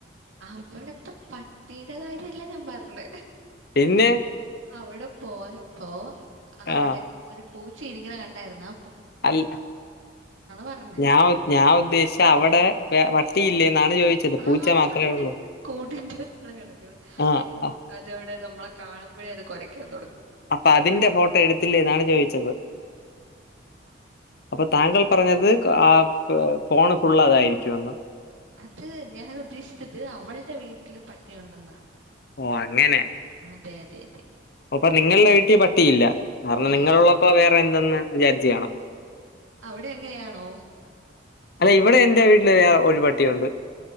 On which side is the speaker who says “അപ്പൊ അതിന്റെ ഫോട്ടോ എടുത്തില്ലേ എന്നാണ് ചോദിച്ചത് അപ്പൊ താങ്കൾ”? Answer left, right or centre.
Left